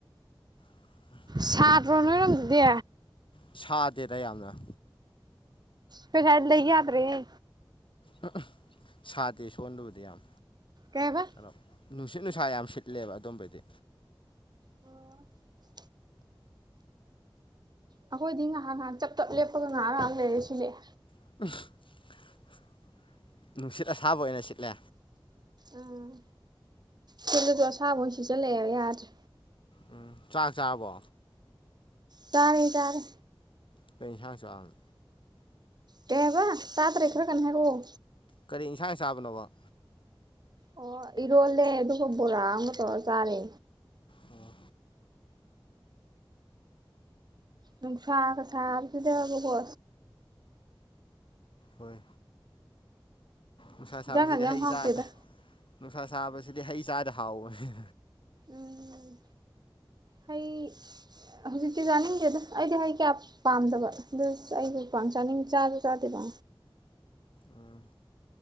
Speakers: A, on the left; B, on the right.
A: <inaudible>
B: ꯁꯥꯗ꯭ꯔꯣ ꯅꯣꯏꯔꯣꯝꯗꯗꯤ
A: ꯁꯥꯗꯦꯗ ꯌꯥꯝꯅ
B: ꯈꯣꯏ ꯁ꯭ꯋꯥꯏꯗ ꯂꯩ ꯌꯥꯗ꯭ꯔꯦ ꯍ‌‌ꯦ
A: <unintelligible> ꯁꯥꯗꯦ ꯁꯣꯟꯗꯕꯨꯗꯤ ꯌꯥꯝ
B: ꯀꯩꯑꯕ
A: ꯀꯩꯅꯣ ꯅꯨꯡꯁꯤꯠ ꯅꯨꯡꯁꯥ ꯌꯥꯝ ꯁꯤꯠꯂꯦꯕ ꯑꯗꯨꯝꯕꯗꯤ
B: <inaudible> ꯑꯩꯈꯣꯏꯗꯤ ꯉꯥꯍꯥꯛ ꯉꯥꯍꯥꯛ ꯆꯞ ꯆꯞ ꯂꯦꯞꯄꯒ ꯉꯥꯍꯥꯛ ꯉꯥꯍꯥꯛ ꯂꯩꯔ ꯁꯤꯜꯂꯑꯦ
A: <unintelligible> ꯅꯨꯡꯁꯤꯠ ꯑꯁꯥꯕ ꯑꯣꯏꯅ ꯁꯤꯠꯂꯦ
B: ꯎꯝ ꯁꯤꯠꯂꯁꯨ ꯑꯁꯥꯕ ꯑꯣꯏꯅ ꯁꯤꯆꯜꯂꯛꯑꯦꯕ ꯌꯥꯗ꯭ꯔꯦ
A: ꯎꯝ ꯆꯥꯛ ꯆꯥꯕꯣ
B: ꯆꯥꯔꯦ ꯆꯥꯔꯦ
A: ꯀꯩ ꯏꯟꯁꯥꯡ ꯆꯥꯕꯅꯣ
B: ꯀꯩ ꯍꯥꯏꯕ ꯇꯥꯗ꯭ꯔꯦ ꯈꯔ ꯀꯟꯅ ꯍꯥꯏꯔꯛꯑꯣ
A: ꯀꯔꯤ ꯏꯟꯁꯥꯡ ꯆꯥꯕꯅꯣꯕ
B: ꯑꯣ ꯏꯔꯣꯜꯂꯦ ꯑꯗꯨꯒ ꯕꯣꯔꯥ ꯑꯝꯒ ꯇꯧꯔ ꯆꯥꯔꯦ
A: ꯑꯣ
B: ꯅꯨꯡꯁꯥꯒ ꯁꯥꯕꯁꯤꯗ ꯕꯀꯣ
A: ꯍꯣꯏ ꯅꯨꯡꯁꯥ ꯁꯥꯕꯁꯤꯗꯤ
B: ꯏꯟꯖꯥꯡꯒꯁꯦ ꯌꯥꯝ
A: ꯍꯩ
B: ꯍꯥꯎꯇꯦꯗ
A: ꯆꯥ ꯅꯨꯡꯁꯥ ꯁꯥꯕꯁꯤꯗꯤ ꯍꯩ ꯆꯥꯗ ꯍꯥꯎꯕꯅꯤ
B: ꯎꯝ ꯍꯩ ꯍꯧꯖꯤꯛꯛꯇꯤ ꯆꯥꯅꯤꯡꯗꯦꯗ ꯑꯩꯗꯤ ꯍꯩ ꯀꯌꯥ ꯄꯥꯝꯗꯕ ꯑꯗꯨ ꯑꯩꯖꯨ ꯄꯥꯝ ꯆꯥꯅꯤꯡ ꯆꯥꯁꯨ ꯆꯥꯗꯦꯕꯥ
A: ꯎꯝ